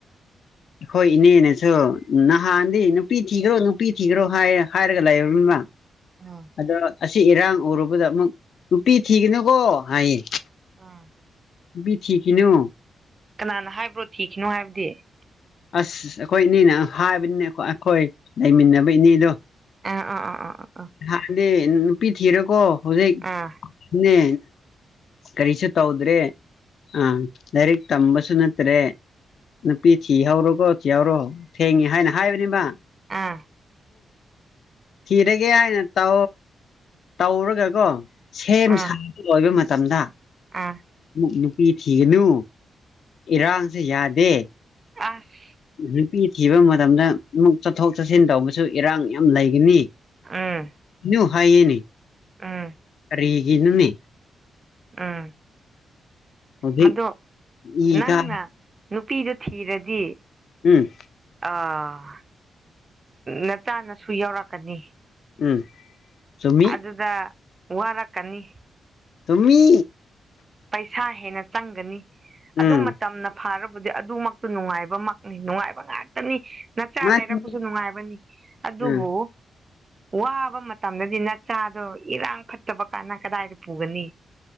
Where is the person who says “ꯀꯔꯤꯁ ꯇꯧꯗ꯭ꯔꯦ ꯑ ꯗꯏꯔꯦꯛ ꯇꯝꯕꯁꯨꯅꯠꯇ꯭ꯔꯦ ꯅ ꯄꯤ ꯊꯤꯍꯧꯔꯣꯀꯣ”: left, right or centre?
Left